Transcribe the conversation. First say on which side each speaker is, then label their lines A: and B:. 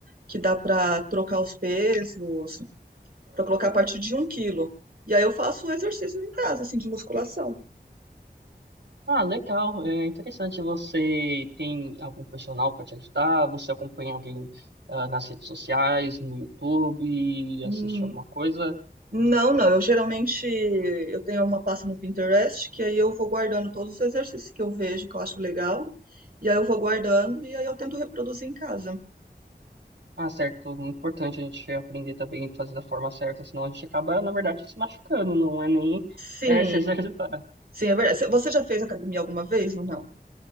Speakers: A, on the right (about 55°); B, on the right (about 80°).
A: que dá pra trocar os pesos, dá pra colocar a partir de um quilo. E aí eu faço exercícios em casa, assim, de musculação.
B: Ah, legal, é interessante, você tem algum personal para te ajudar, você acompanha alguém ah, nas redes sociais, no YouTube,
A: Hum,
B: assiste alguma coisa?
A: não, não, eu geralmente, eu tenho uma pasta no Pinterest, que aí eu vou guardando todos os exercícios que eu vejo, que eu acho legal, e aí eu vou guardando, e aí eu tento reproduzir em casa.
B: Ah, certo. Muito importante a gente aprender também a fazer da forma certa, senão a gente acaba, na verdade, se machucando, não é nem
A: Sim,
B: é, <laughs> se exercitar.
A: Sim, é verdade. Você você já fez academia alguma vez ou não?